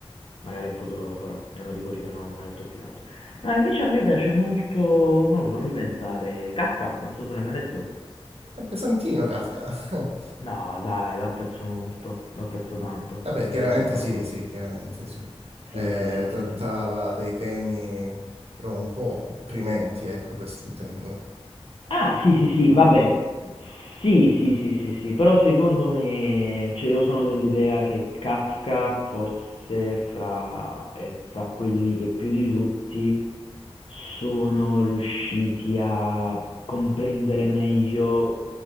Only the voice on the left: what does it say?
Magari in futuro lo farò. È uno di quelli che non ho mai letto più di tanto. No, invece a me piace molto, non lo so, fammi pensare, Kafka, non so se l'hai mai letto.
No, dai, lo apprezzo molto, lo apprezzo tanto,
a me
piace proprio tanto.
Sì, sì, sì,
sì, sì.
Ah, sì, sì, sì, vabbè, sì, sì, sì, sì, sì, però secondo me, cioè io sono dell'idea che Kafka forse fra, è fra quelli che più di tutti sono riusciti a comprendere meglio